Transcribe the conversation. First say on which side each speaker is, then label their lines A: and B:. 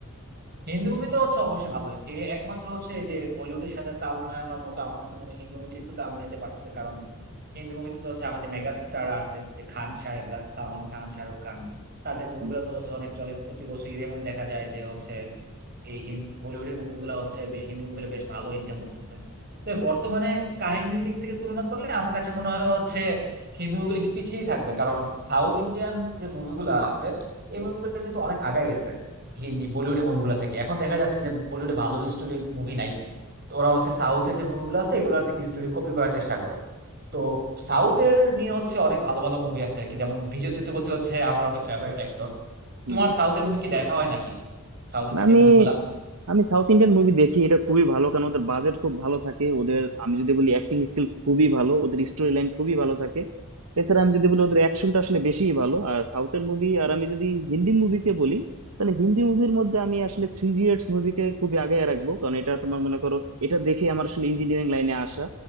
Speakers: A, on the right; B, on the right.
A: হিন্দি মুভি তো হচ্ছে অবশ্যই ভালো এ একমাত্র হচ্ছে এই যে হলিউডের সাথে তাল মেলানোর মতো আমার কাছে মনে হয় হিন্দি মুভি একটু তাল মেলাতে পারছে কারণ হিন্দি মুভিতে তো হচ্ছে আমাদের মেগা স্টার আছে যে খান সাহেবরা সালমান খান শাহরুখ খান তাদের মুভিগুলো
B: হুম
A: তো হচ্ছে অনেক চলে প্রতি বছর ঈদের মধ্যে দেখা যায় যে হচ্ছে এই হিন- বলিউডের মুভিগুলো হচ্ছে বেশ হিন্দি মুভিগুলো বেশ ভালো ইনকাম করতেছে তো বর্তমানে কাহিনীর দিক থেকে তুলনা করলে আমার কাছে মনে হয় হচ্ছে হিন্দি মুভিগুলো কি পিছিয়েই থাকবে কারণ সাউথ ইন্ডিয়ান যে মুভিগুলো আছে এই মুভিগুলো কিন্তু অনেক আগায় গেছে হি জি বলিউডের মুভিগুলো থেকে এখন দেখা যাচ্ছে যে বলিউডে ভালো স্টোরি মুভি নাই তো ওরা হচ্ছে সাউথের যে মুভিগুলো আছে এগুলোর থেকে স্টোরি কপি করার চেষ্টা করে তো সাউথের নিয়ে হচ্ছে অনেক ভালো ভালো মুভি আছে আর কি যেমন বিজয় সেতুপতি হচ্ছে আমার অনেক ফেভারিট অ্যাক্টর
B: হুম।
A: তোমার সাউথের মুভি কি দেখা হয় নাকি সাউথ
B: না
A: ইন্ডিয়ান
B: আমি
A: মুভিগুলা
B: আমি সাউথ ইন্ডিয়ান মুভি দেখি এটা খুবই ভালো কারণ ওদের বাজেট খুব ভালো থাকে ওদের আমি যদি বলি অ্যাক্টিং স্কিল খুবই ভালো ওদের স্টোরি লাইন খুবই ভালো থাকে এছাড়া আমি যদি বলি ওদের অ্যাকশনটা আসলে বেশিই ভালো আর সাউথের মুভি আর আমি যদি হিন্দি মুভিকে বলি তাহলে হিন্দি মুভির মধ্যে আমি আসলে থ্রি ইডিয়টস মুভিকে খুবই আগে রাখবো কারণ এটা তোমার মনে করো এটা দেখে আমার আসলে ইঞ্জিনিয়ারিং লাইনে আসা